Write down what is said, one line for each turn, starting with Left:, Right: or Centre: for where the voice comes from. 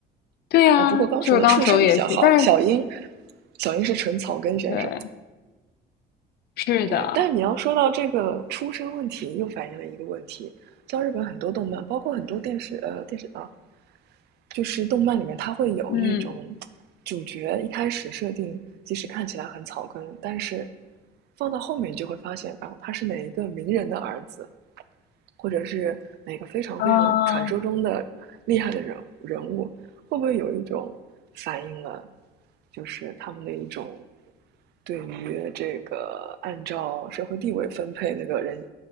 Left: 对呀，
Right: 哦。不过纲手的出身比较好，
Left: 就是刚手也是，但是
Right: 小樱，小樱是纯草根选手，
Left: 对，是的，
Right: 对，但你要说到这个出身问题，又反映了一个问题，像日本很多动漫，包括很多电视，呃，电视啊，就是动漫里面它会有那种
Left: 嗯
Right: 主角一开始设定，即使看起来很草根，但是放到后面你就会发现，哦，他是哪一个名人的儿子，或者是哪个非常非常传说中的厉害的人人物，
Left: 啊，
Right: 会不会有一种反映了，就是他们的一种对于这个按照社会地位分配那个人